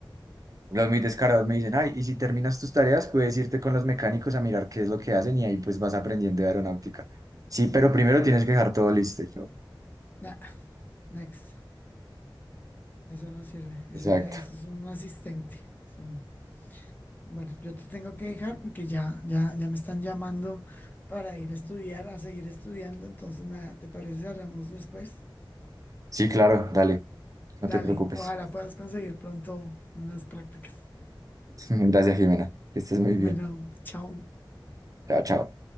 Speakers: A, on the right; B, on the left.
A: Los muy descarados me dicen, ay, y si terminas tus tareas, puedes irte con los mecánicos a mirar qué es lo que hacen y ahí pues vas aprendiendo de aeronáutica. Sí, pero primero tienes que dejar todo listo. Y yo,
B: Nah, next. Eso no sirve. Ese,
A: exacto.
B: ese es un asistente. Eso no. Bueno, yo te tengo que dejar porque ya, ya, ya me están llamando para ir a estudiar, a seguir estudiando. Entonces, nada, ¿te parece si hablamos después?
A: Sí, claro, dale, no
B: Dale,
A: te preocupes.
B: ojalá puedas conseguir pronto unas prácticas.
A: <laughs> Gracias, Jimena. Que estés muy
B: Bueno,
A: bien.
B: chao.
A: Chao, chao.